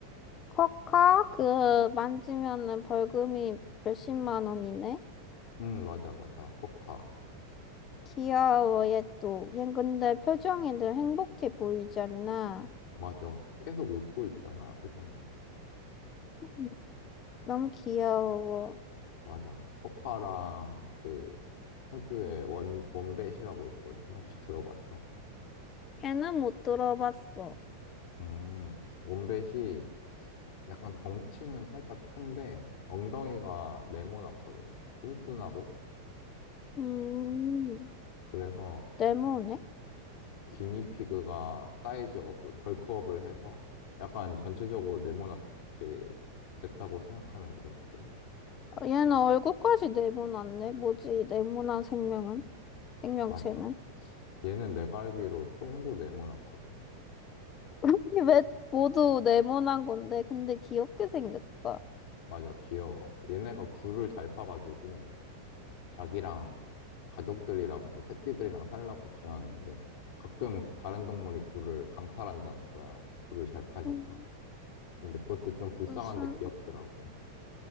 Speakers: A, on the left; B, on the left.
A: 커카 그 만지면은 벌금이 몇십만 원이네
B: 응, 맞아, 맞아. 코카.
A: 귀여워 얘또 얘 근데 표정이 늘 행복해 보이지 않나?
B: 맞아. 계속 웃고 있잖아, 표정이.
A: 음, 너무 귀여워
B: 맞아. 코카랑 그 호주의 원, 원뱃이라고 있거든. 혹시 들어봤어?
A: 걔는 못 들어봤어
B: 음, 원뱃이 약간 덩치는 살짝 큰데 엉덩이가 네모나거든. 뚠뚠하고.
A: 음
B: 그래서
A: 레모네?
B: 기니피그가 사이즈업을, 벌크업을 해서 약간 전체적으로 네모나게 됐다고 생각하면 되거든.
A: 얘는 얼굴까지 네모났네. 뭐지, 네모난 생명은? 생명체는?
B: 맞아. 얘는 내가 알기로 똥도 네모나거든.
A: <laughs> 왜 모두 네모난 건데, 근데 귀엽게 생겼다.
B: 맞아, 귀여워. 얘네가 굴을 잘 파가지고 자기랑 가족들이랑 뭐 새끼들이랑 살라고 지나는데 가끔 다른 동물이 굴을 강탈한다는 거야. 굴을 잘 파니까.
A: 음,
B: 근데 그것도 좀 불쌍한데
A: 무슨,
B: 귀엽더라고.